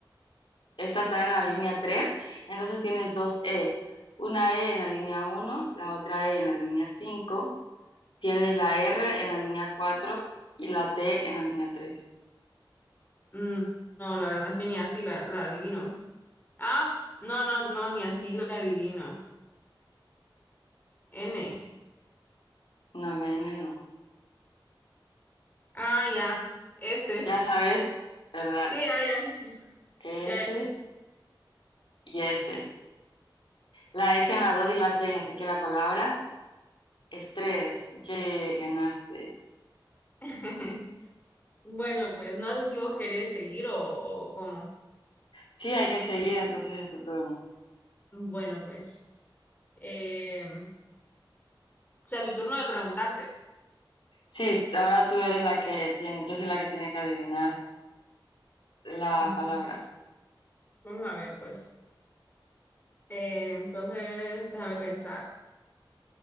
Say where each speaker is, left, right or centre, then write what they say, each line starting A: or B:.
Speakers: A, on the left; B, on the left.
A: Esta está en la línea 3. entonces tienes dos E. Una E en la línea uno, la otra E en la línea 5. tienes la R en la línea 4 y la T en la línea tres.
B: mm, no, la verdad es que ni así la, la adivino. Ah, no, no, no, ni así la adivino. N.
A: No, la N no.
B: Ah, ya. S.
A: Ya sabes, ¿verdad?
B: Sí, ah, ya.
A: S
B: Ya, ya.
A: y S. La S en la 2 y la 6, así que la palabra Estrés, yay, ganaste.
B: <laughs> Bueno, pues no sé si vos querés seguir o, o cómo.
A: Sí, hay que seguir, entonces es tu turno.
B: Bueno, pues. em, o sea, mi turno de preguntarte.
A: Sí, ahora tú eres la que tiene, yo soy la que tiene que adivinar la
B: Bueno,
A: palabra.
B: Vamos a ver, pues. Eh, entonces, déjame pensar.